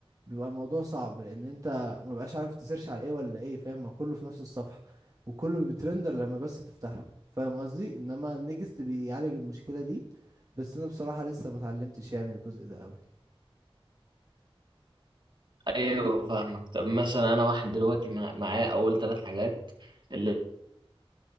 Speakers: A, on the right; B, on the right.
A: بيبقى الموضوع صعب لان انت ما بقاش عارف تسيرش على ايه ولا ايه فاهم ما كله في نفس الصفحة وكله بيترندر لما بس تفتحه فاهم قصدي انما النكست بيعالج المشكلة دي بس انا بصراحة لسه ما اتعلمتش يعني الجزء ده قوي
B: ايوه فاهمك طب مثلا انا واحد دلوقتي مع- معايا اول ثلاث حاجات اللي